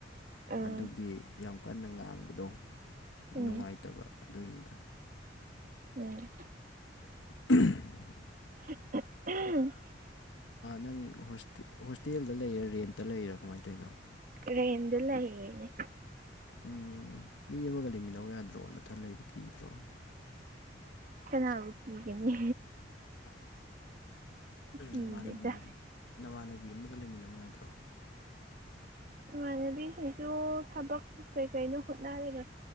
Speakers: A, on the right; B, on the left.
A: ꯑꯥ
B: ꯑꯗꯨꯒꯤ ꯌꯥꯝ ꯀꯟꯅ ꯉꯥꯡꯕꯗꯣ
A: ꯎꯝ
B: ꯅꯨꯡꯉꯥꯏꯇꯕ ꯑꯗꯨꯏꯅꯤꯗ
A: ꯎꯝ
B: <inaudible>
A: <unintelligible>
B: ꯅꯪ ꯍꯣꯏꯇꯦ ꯍꯣꯁꯇꯦꯜꯗ ꯂꯩꯔꯥ ꯔꯦꯟꯇ ꯂꯩꯔꯥ ꯀꯃꯥꯏꯅ ꯇꯧꯔꯤꯅꯣ
A: ꯔꯦꯟꯗ ꯂꯩꯅꯦ
B: ꯎꯝ ꯃꯤ ꯑꯃꯒ ꯂꯩꯃꯤꯟꯅꯧ ꯌꯥꯗ꯭ꯔꯣ ꯅꯊꯟ ꯂꯩꯔꯤꯗꯣ ꯀꯤꯗ꯭ꯔꯣ
A: ꯀꯅꯥꯕꯨ ꯀꯤꯒꯅꯤ ꯀꯤꯗꯦꯗ
B: ꯅꯃꯥꯅꯕꯤ ꯑꯝ ꯅꯃꯥꯟꯅꯕꯤ ꯑꯃꯒ ꯂꯩꯃꯤꯟꯅꯧ ꯌꯥꯗ꯭ꯔꯣ
A: ꯏꯃꯥꯟꯅꯕꯤꯁꯤꯡꯁꯨ ꯊꯕꯛ ꯀꯩꯀꯩꯅꯣ ꯍꯣꯠꯅꯔꯒ